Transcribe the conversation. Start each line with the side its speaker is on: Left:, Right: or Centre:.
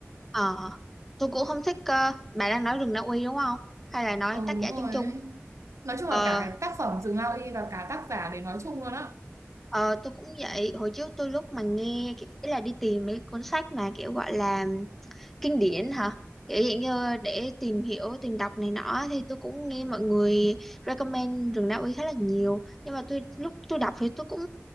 Centre: Ờ, tôi cũng không thích ờ, bà đang nói rừng Na Uy đúng không? Hay là nói
Right: ờ
Centre: tác
Right: đúng
Centre: giả
Right: rồi
Centre: chung chung?
Right: ấy. nói chung
Centre: Ờ,
Right: là cả cái tác phẩm Rừng Lao Y và cả tác giả để nói chung luôn á
Centre: ờ tôi cũng vậy, hồi trước tôi lúc mà nghe ý là đi tìm mấy cuốn sách mà kiểu gọi là kinh điển hả kiểu hiện như để tìm hiểu tìm đọc này nọ thì tôi cũng nghe mọi người recommend rừng Na Uy khá là nhiều nhưng mà tôi lúc tôi đọc thì tôi cũng